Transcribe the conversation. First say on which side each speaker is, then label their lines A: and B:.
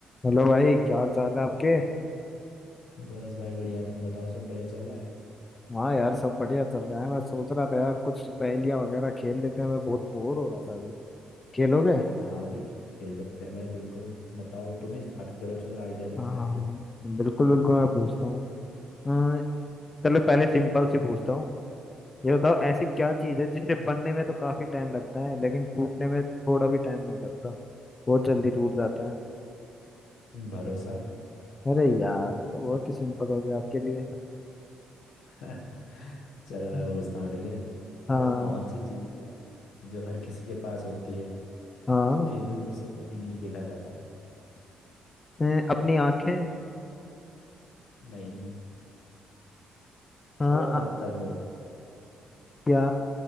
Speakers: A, on the left; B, on the left.
A: Hello भाई क्या चाल है आपके
B: बस भाई बढ़िया तुम बताओ सब बढ़िया चल रहा है
A: हाँ यार सब बढ़िया चल रहा है मैं सोच रहा था यार कुछ पहेलियां वगैरह खेल लेते हैं मैं बहुत बोर हो रहा था अभी खेलोगे
B: हाँ भाई खेल सकते हैं भाई बिल्कुल बताओ तुम ही स्टार्ट करो चलो आइडिया तुम्हारा
A: हाँ
B: है तो
A: हाँ बिल्कुल बिल्कुल मैं पूछता हूँ अ, चलो पहले सिंपल से पूछता हूँ ये बताओ ऐसी क्या चीज़ है जिसे बनने में तो काफी टाइम लगता है लेकिन टूटने में थोड़ा भी टाइम नहीं लगता बहुत जल्दी टूट जाता है
B: भरोसा
A: अरे यार ये तो बहुत ही सिंपल हो गया आपके लिए
B: <laughs> चलो मैं
A: हम्म।
B: पूछता हूँ ठीक है
A: हाँ
B: वह कौन सी चीज़ है जो हर किसी के पास होती है
A: हाँ
B: फिर भी उसे कभी नहीं देखा जाता
A: अ, अपनी आंखें
B: नहीं
A: हाँ
B: थोड़ा
A: अ-
B: मतलब वो
A: क्या